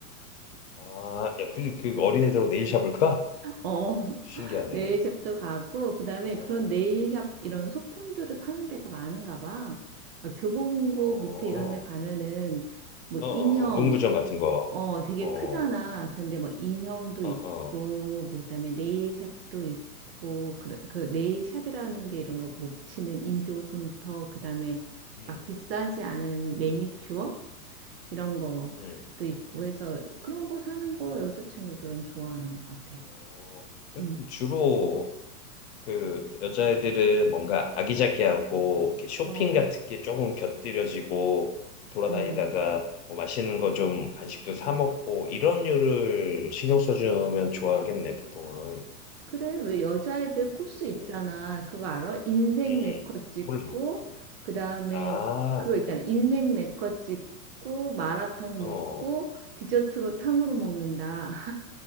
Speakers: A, on the left (about 45°); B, on the right (about 45°).
A: 아, 야, 굳이 그 어린애들하고 네일 샵을까?
B: 어 <laughs>
A: 신기하네.
B: 네일샵도 가고 그다음에
A: 아, 어,
B: 그런 네일샵 이런 소품들을 파는 데가 많은가 봐. 막 교보문고
A: 어,
B: 밑에 이런 데 가면은 뭐
A: 어,
B: 인형
A: 문구점 같은 거.
B: 어, 되게
A: 어,
B: 크잖아. 근데 뭐 인형도
A: 어,
B: 있고,
A: 어.
B: 뭐 그다음에 네일샵도 있고, 그, 그 네일샵이라는
A: 음,
B: 게 이런 거 못 치는 인조 손톱, 그다음에
A: 음,
B: 막 비싸지 않은 매니큐어 이런 것도
A: 음.
B: 있고 해서 그런 거 사는 거 여자친구들은 좋아하는 것 같아.
A: 어, 그럼
B: 음,
A: 주로 그 여자애들은 뭔가 아기자기하고 이렇게 쇼핑
B: 어,
A: 같은 게 조금 곁들여지고 돌아다니다가
B: 어.
A: 뭐 맛있는 거 좀 간식도 사 먹고 이런 류를 신경 써주면 좋아하겠네 보통은.
B: 그래, 왜 여자애들 코스 있잖아.
A: 응,
B: 그거 알아? 인생
A: 응, 응.
B: 네컷 찍고,
A: 몰라.
B: 그 다음에
A: 아,
B: 그거 있잖아. 인생 네컷 찍고, 마라탕
A: 어,
B: 먹고, 디저트로 탕후루 먹는다.